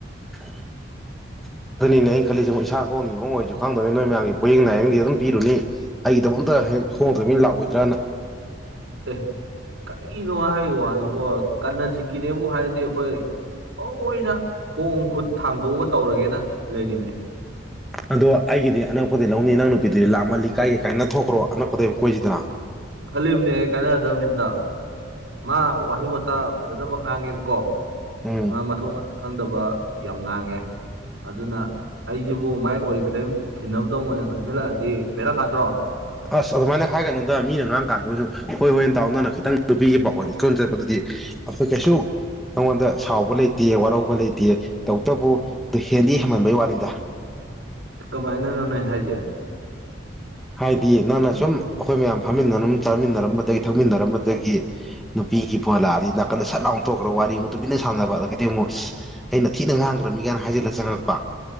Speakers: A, in the centre; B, on the right.
A: <unintelligible> ꯑꯗꯨꯅꯤꯅꯦ ꯑꯩꯩꯅ ꯈꯜꯂꯤꯁꯦ ꯃ ꯏꯁꯥ ꯍꯣꯡꯅꯤ ꯍꯣꯡꯉꯣꯏꯁꯨ ꯈꯪꯗꯕꯦ ꯅꯣꯏ ꯃꯌꯥꯝꯒꯤ ꯄꯣꯌꯦꯦꯡ ꯅꯥꯏꯌꯦꯡꯗꯤ ꯑꯗꯨꯝ ꯄꯤꯔꯨꯅꯤ ꯑꯩꯒꯤꯗꯃꯛꯇ ꯍꯦꯛ ꯍꯣꯡꯗ꯭ꯔꯃꯤ ꯂꯥꯛꯑꯣꯢꯗ꯭ꯔꯅ
B: ꯑꯦ ꯀꯔꯤꯅꯣ ꯍꯥꯢ ꯋꯥꯗꯨꯕꯣ ꯀꯥꯔꯅꯥꯖꯤꯠꯀꯤꯅꯦꯕꯨ ꯍꯥꯢꯔꯗꯤ ꯑꯩꯈꯣꯢ ꯑꯣꯢꯅ ꯈꯣꯡ ꯈꯨꯠ ꯊꯥꯡꯗꯣꯛꯒ ꯇꯧꯔꯒꯦꯅ ꯂꯩꯔꯤꯝꯅꯤ
A: ꯑꯗꯣ ꯑꯩꯒꯤꯗꯤ ꯑꯅꯛꯄꯗꯩ ꯂꯧꯅꯤ ꯅꯪ ꯅꯨꯄꯤꯗꯨꯗꯤ ꯂꯥꯞꯃꯜꯂꯤ ꯀꯥꯢꯒꯦ ꯀꯥꯢꯅ ꯊꯣꯛꯈ꯭ꯔꯣ ꯑꯅꯛꯄꯗꯒꯤ ꯑꯝ ꯀꯣꯢꯁꯤꯗꯅ꯫
B: ꯈꯜꯂꯤꯝꯅꯤ ꯀꯥꯢꯅꯗꯧꯅꯦ ꯍꯟꯗꯛ ꯃꯥ ꯋꯥꯍꯩ ꯋꯥꯇꯥ ꯐꯖꯗꯕ ꯉꯥꯡꯉꯦꯕꯀꯣ
A: ꯎꯝ
B: ꯃꯥ ꯃꯊꯣꯡ ꯃꯔꯝ ꯈꯪꯗꯕ ꯌꯥꯝ ꯉꯥꯡꯉꯦ꯫ ꯑꯗꯨꯅ ꯑꯩꯖꯤꯕꯨ ꯃꯥꯢ ꯑꯣꯔꯤꯐ꯭ꯂꯦꯝ ꯊꯤꯅꯕꯗꯧ ꯑꯣꯢꯅ ꯈꯟꯖꯜꯂꯛꯑꯗꯤ ꯕꯦꯔꯥ ꯀꯥꯗ꯭ꯔꯣ꯫
A: ꯑꯥꯁ ꯑꯗꯨꯃꯥꯢꯅ ꯍꯥꯢꯒꯅꯣꯗ ꯃꯤꯅ ꯉꯥꯡꯀꯥꯟꯗꯕꯨꯁꯨ ꯍꯣꯢ ꯍꯣꯢꯅ ꯇꯥꯎ ꯅꯪꯅ ꯈꯤꯇꯪ ꯅꯨꯄꯤꯒꯤ ꯄꯈꯣꯟ ꯂꯤꯃꯣꯟ ꯆꯠꯄꯗꯨꯗꯤ ꯑꯈꯣꯢ ꯀꯩꯁꯨ ꯑꯩꯉꯣꯟꯗ ꯁꯥꯎꯕ ꯂꯩꯇꯦ ꯋꯥꯔꯧꯕ ꯂꯩꯇꯦ ꯇꯧꯕꯇꯕꯨ ꯑꯗꯨ ꯍꯦꯟꯗꯤ ꯍꯦꯟꯃꯟꯕꯩ ꯋꯥꯅꯤꯗ꯫
B: ꯀꯃꯥꯢꯅꯅꯣꯅꯦ ꯍꯥꯢꯖꯦ
A: ꯍꯥꯏꯗꯤ ꯅꯪꯅ ꯁꯨꯝ ꯑꯩꯈꯣꯏ ꯃꯌꯥꯝ ꯐꯝꯃꯤꯟꯅ ꯑꯗꯨꯝ ꯆꯥꯃꯤꯟꯅꯔꯝꯕꯗꯒꯤ ꯊꯧꯃꯤꯟꯅꯔꯝꯕꯗꯒꯤ ꯅꯨꯄꯤꯒꯤ ꯕꯣꯂꯥꯗꯤ ꯅꯥꯀꯟꯗ ꯁꯠ ꯂꯥꯎꯅꯊꯣꯛꯈ꯭ꯔꯒ ꯋꯥꯔꯤ ꯑꯃꯨꯛ ꯇꯨꯃꯤꯟꯅ ꯁꯥꯟꯅꯕ ꯑꯗꯒꯤꯗꯤ ꯑꯃꯨꯛ ꯑꯩꯅ ꯊꯤꯅ ꯉꯥꯡꯈ꯭ꯔꯕꯅꯤ ꯀꯥꯏꯅ ꯍꯥꯏꯖꯤꯜꯂꯒ ꯆꯪꯉꯛꯄ